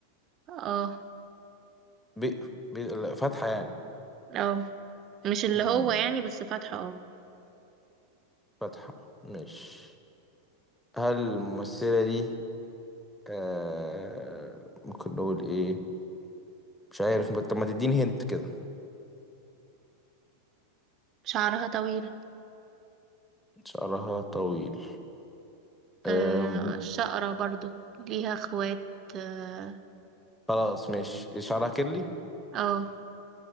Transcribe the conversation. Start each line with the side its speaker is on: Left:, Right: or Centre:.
Right: اه
Centre: بي... بي... لا، فاتحة يعني
Right: اه مش اللي
Centre: مم.
Right: هو يعني بس فاتحة اه
Centre: فاتحة مش هل الممثلة دي أه... ممكن نقول ايه مش عارف طب ما تديني هنت كده
Right: شعرها طويل
Centre: شعرها طويل أم...
Right: آه، شقرة برضو ليها اخوات اه
Centre: خلاص مش شعرها كيرلي
Right: آه.